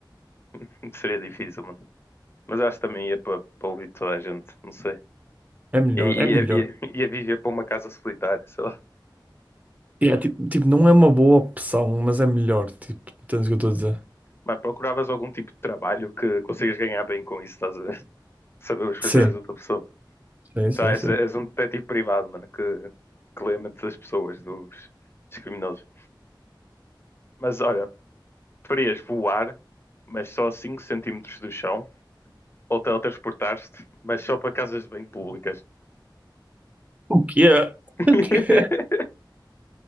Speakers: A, on the left (about 30°); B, on the right (about 20°).
A: <laughs> seria difícil, mano. Mas eu acho que também ia para ouvir toda a gente, não sei.
B: É melhor,
A: E- e-
B: é melhor.
A: Ia, ia, ia viver para uma casa solitária, sei lá.
B: E é, tipo, tipo, não é uma boa opção, mas é melhor. Tipo, entendes o que eu estou a dizer?
A: Mas procuravas algum tipo de trabalho que consigas ganhar bem com isso, estás a ver? <laughs> Saber os pensamentos
B: Sim,
A: de outra pessoa.
B: sim, sim,
A: Tá, és,
B: sim.
A: és um detetive privado, mano, que, que lê a mente das pessoas, dos, dos criminosos. Mas olha, preferias voar, mas só a 5 centímetros do chão ou teletransportaste, mas só para casas de banho públicas.
B: O que é?
A: <laughs>
B: O que é?